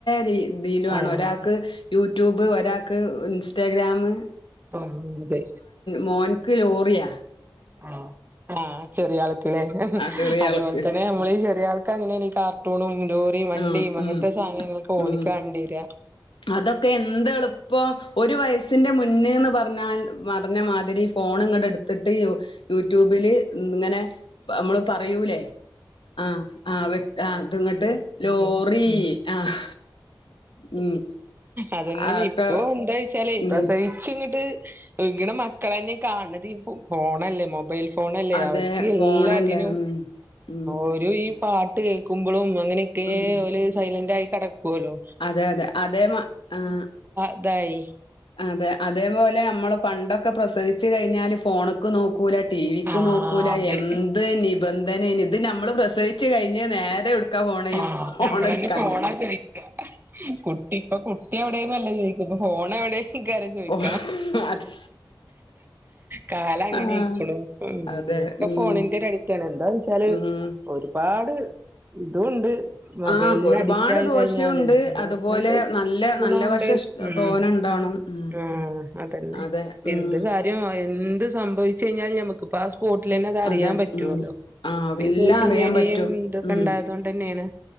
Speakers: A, on the left; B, on the right.
A: രീതിയില
B: ആഹ്
A: ആണ് ഒരാൾക്ക് യൂട്യൂബ് ഒരാൾക്ക് ഇൻസ്റ്റഗ്രാമ്
B: ആഹ് അതെ
A: മോൻ ഒ ലോറിയ
B: ആഹ് ആഹ് ചെറിയ ആൾക്കെ
A: ആ ചെറിയ
B: അതുപോലെ
A: ആൾക്ക്
B: തന്നെ നമ്ളീ ചെറിയ ആൾ ക്കെ അങ്ങനെയ കാർട്ടൂണും ലോറിയും വണ്ടിയും
A: ആഹ്
B: അങ്ങനത്തെ
A: ഉം
B: സാധനങ്ങക്ക് ഓണിക്ക
A: ഉം
B: കണ്ടില
A: അതൊക്കെ എന്തെ എളുപ്പം ഒരു വയസ്സിൻ്ന്റെ മുന്നേന്ന് പറഞ്ഞാൽ പറഞ്ഞ മാതിരി ഫോൺ ഇങ്ങടെ എടുത്തിട്ട് യൂട്യൂബില് ഇങ്ങനെ നമ്മള് പറയൂലേ ആഹ് ആഹ് ആഹ് അവര് ഇതുങ്ങോട്ട് ലോറി ആഹ് ഉം
B: അതന്നെയെ
A: അതൊക്കെ
B: ഇപ്പൊ എന്താ വച്ചാലേ
A: ഉം
B: പ്രസവ ച്ച് ങ്ങട്ട് വുകുണ മക്കള തന്നെ കാണത് ഫോണല്ലേ മൊബൈൽ ഫോണല്ലേ
A: അതെ
B: അവർക്ക് എല്ലാറ്റിനും
A: ഫോണല്ലേ ഉം ഉം
B: ഓരു ഈ പാട്ട് കേക്ക്മ്പളും അങ്ങനെക്കേ
A: ഉം
B: ഓല് സൈലന്റായി കെടക്കോലോ
A: അതെ അതെ അതേ മ ആഹ്
B: ഇതായി
A: അതെ അതേപോലെ അമ്മളും പണ്ടൊക്കെ പ്രസവിച്ച് കയിഞ്ഞാല് ഫോണ്ക്ക് നോക്കൂല ടി വിക്ക്
B: ആഹ്
A: നോക്കൂല
B: അതെ
A: എന്ത്‌ നി ബന്ധനേന് ഇത് നമ്മൾ പ്രസവിച്ച് കഴിഞ്ഞ് നേരെ എവ്ട്ക്കാ പോണ്
B: ആഹ്
A: ഈ ഫോണെട്ക്കാനാണ്.
B: നമ്മളന്നെ ഫോണാ ചോയിക്ക കുട്ടി ഇപ്പൊ കുട്ടി എവടേന്നുഅല്ല ചോയിക്ക ഇപ്പൊ ഫോണെവടെ. ക്കാരം ചോയിക്ക
A: ഓ അതെ
B: കാലം അങ്ങനെയിക്ക്ണു.
A: ആഹ്
B: ഉം
A: അതെ
B: ഒക്കെ
A: ഉം
B: ഫോണിന്റെ ഒര് അഡിക്റ്റാണ് എന്താന്ന് വച്ചാല്
A: ഉം
B: ഒരുപാട്. തുണ്ട് മൊബൈലിന്
A: ആഹ് ഒരുപാട്
B: അഡിക്റ്റായി
A: ദോഷവുണ്ട്
B: കഴിഞ്ഞാല് ദോഷോണ്ട്,
A: അതുപോലെ നല്ല
B: ഗുണോണ്ട്.
A: നല്ല വശം ഇഷ്
B: ഉം
A: തോനെ ഉണ്ടാണും ഉം
B: ആഹ് അതന്നെ
A: അതെ ഉം
B: എന്ത് കാര്യോം എന്ത്. സംഭവിച്ച് കയിഞ്ഞാലും ഞമ്മക്ക്പ്പാസ് പോട്ടിലെന്നെ അത് അറിയാൻ
A: അതെ
B: പറ്റോല്ലോ.
A: ഉം ആഹ്
B: ഇപ്പൊ ഈ
A: എല്ലാം
B: സോഷ്യൽ
A: അറിയാൻ
B: മീഡിയയും
A: പറ്റും
B: ഇതൊക്കെ
A: ഉം
B: ഇണ്ടായതോണ്ടന്നേണ്.